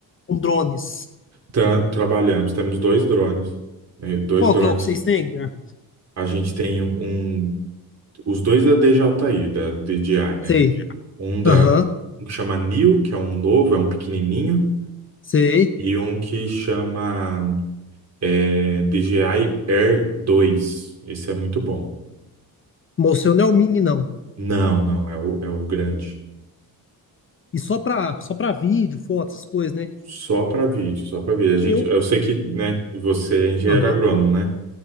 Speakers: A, on the left; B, on the right.
A: Com drones?
B: Tra- trabalhamos, temos dois drones, né, dois
A: Qual
B: drones.
A: que é o que vocês têm, Guilherme?
B: A gente tem um, os dois da DJI, da DJI, né?
A: Sei.
B: Um da,
A: Aham.
B: um que chama Neo, que é um novo, é um pequenininho,
A: Sei.
B: e um que chama é, DJI Air dois. Esse é muito bom.
A: Mostrou não é o mini, não.
B: Não, não, é o, é o grande.
A: E só pra, só pra vídeo, foto, essas coisas, né?
B: Só para vídeo, só para vídeo. A gente,
A: Eu.
B: eu sei que, né, você é engenheiro
A: Aham.
B: agrônomo, né?